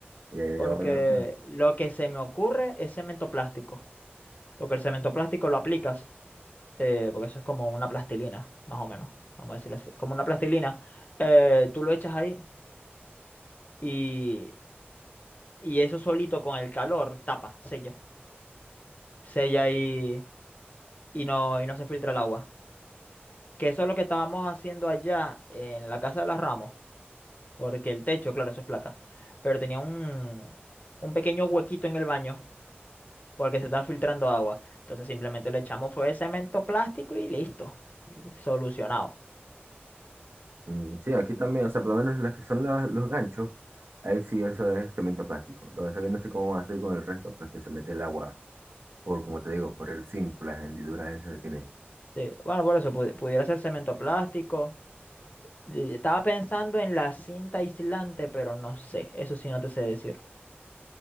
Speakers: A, on the right (about 70°); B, on the left (about 40°).
A: y ella
B: Porque
A: va a hablar con él.
B: lo que se me ocurre es cemento plástico, porque el cemento plástico lo aplicas. eh, porque eso es como una plastilina, más o menos, vamos a decirlo así. Como una plastilina, eh, tú lo echas ahí y, y eso solito con el calor tapa, sella, sella y, y no, y no se filtra el agua. Que eso es lo que estábamos haciendo allá en la casa de las Ramos, porque el techo, claro, eso es placa, pero tenía un, un pequeño huequito en el baño porque se está filtrando agua. Entonces simplemente le echamos fue cemento plástico y listo, y solucionado.
A: Mm, Sí, aquí también, o sea, por lo menos las que son las- los ganchos, ahí sí eso es cemento plástico. Lo que pasa es que no sé cómo va a hacer con el resto, pues que se mete el agua por, como te digo, por el zinc, por las hendiduras esas que tiene.
B: Sí, Bueno, por eso pu- pudiera ser cemento plástico. Y Estaba pensando en la cinta aislante, pero no sé, eso sí no te sé decir.